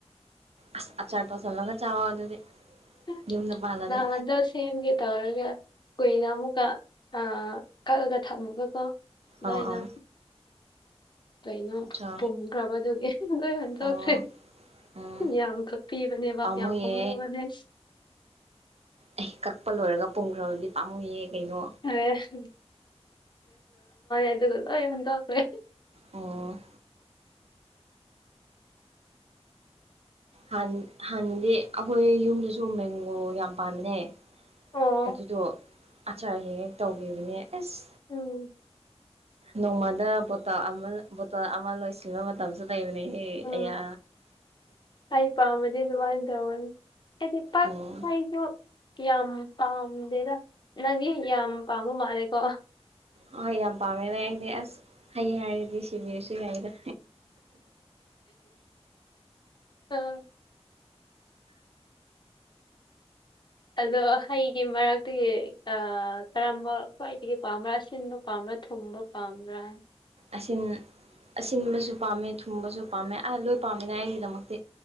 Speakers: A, on the right; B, on the left.
A: ꯑꯁ ꯑꯆꯥꯔ ꯇꯧꯁꯜꯂꯒ ꯆꯥꯋꯣ ꯑꯗꯨꯗꯤ
B: <unintelligible>
A: ꯌꯨꯝꯗ ꯄꯥꯜꯂꯗꯤ
B: ꯁꯦꯝꯒꯦ ꯇꯧꯔꯒ ꯀꯨꯏꯅ ꯑꯃꯨꯛꯀ ꯑꯥ ꯀꯛꯂꯒ ꯊꯝꯃꯒꯀꯣ ꯗꯥꯏꯅ
A: ꯑꯥ ꯑꯥ
B: ꯂꯣꯏꯅ
A: ꯑꯆꯥ
B: ꯄꯨꯝꯈ꯭ꯔꯕꯗꯨꯒꯤ ꯂꯣꯏ ꯍꯨꯟꯇꯣꯛꯈ꯭ꯔꯦ
A: ꯑꯣ ꯎꯝ
B: ꯌꯥꯝ ꯀꯛ ꯄꯤꯕꯅꯦꯕ
A: ꯄꯥꯝꯃꯨꯌꯦ
B: ꯌꯥꯝ ꯄꯥꯝꯔꯒꯅꯦ
A: ꯑꯩ ꯀꯛꯄ ꯂꯣꯏꯔꯒ ꯄꯨꯡꯈ꯭ꯔꯕꯨꯗꯤ ꯄꯥꯝꯃꯨꯌꯦ ꯀꯩꯅꯣ
B: <unintelligible> ꯑꯗꯨꯒ ꯂꯣꯏ ꯍꯟꯗꯣꯛꯈ꯭ꯔꯦ
A: ꯑꯣ ꯥꯍꯥꯟ ꯍꯥꯟꯅꯗꯤ ꯑꯈꯣꯏ ꯌꯨꯝꯗꯁꯨ ꯃꯦꯡꯒꯣ ꯌꯥꯝ ꯄꯥꯝꯕꯅꯦ
B: ꯑꯣ
A: ꯑꯗꯨꯗꯣ ꯑꯆꯥꯔ ꯍꯦꯛ ꯍꯦꯛ ꯇꯧꯕꯤꯕꯅꯦ ꯑꯦꯁ
B: ꯎꯝ
A: ꯅꯣꯡꯃꯗ ꯕꯣꯇꯜ ꯑꯃ ꯕꯣꯇꯜ ꯑꯃ ꯂꯣꯏꯁꯤ ꯕ ꯃꯇꯝꯁꯨ ꯂꯩꯕꯅꯦ ꯍꯦ
B: ꯎꯝ
A: ꯑꯌꯥ
B: ꯑꯩ ꯄꯥꯝꯕꯗꯤ ꯗꯨꯃꯥꯏꯟ ꯇꯧꯕꯅꯤ ꯑꯩ ꯄꯥꯛ
A: ꯎꯝ
B: <unintelligible> ꯌꯥꯝ ꯄꯥꯝꯗꯦꯗ ꯅꯪꯗꯤ ꯌꯥꯝ ꯄꯥꯝꯕ ꯃꯥꯜꯂꯦꯀꯣ
A: ꯍꯣꯏ ꯌꯥꯝ ꯄꯥꯝꯃꯦꯅꯦ ꯑꯩꯗꯤ ꯑꯁ ꯍꯩ ꯍꯥꯏꯔꯗꯤ ꯁꯤꯕꯤꯔꯁꯨ ꯌꯥꯏꯗ
B: ꯑꯥ ꯑꯗꯣ ꯍꯩꯒꯤ ꯃꯔꯛꯇꯒꯤ ꯑꯥ ꯀꯔꯝꯕ ꯈ꯭ꯋꯥꯏꯗꯒꯤ ꯄꯥꯝꯕ꯭ꯔꯥ ꯑꯁꯤꯟꯕ ꯄꯥꯝꯕ꯭ꯔꯥ ꯊꯨꯃꯕ ꯄꯥꯝꯗꯔ꯭ꯦ
A: ꯑꯁꯤꯟ ꯑꯁꯤꯟꯕꯁꯨ ꯄꯥꯝꯃꯦ ꯊꯨꯝꯕꯁꯨ ꯄꯥꯝꯃꯦ ꯑ ꯂꯣꯏ ꯄꯥꯝꯃꯤꯅ ꯑꯩꯒꯤꯗꯃꯛꯇꯤ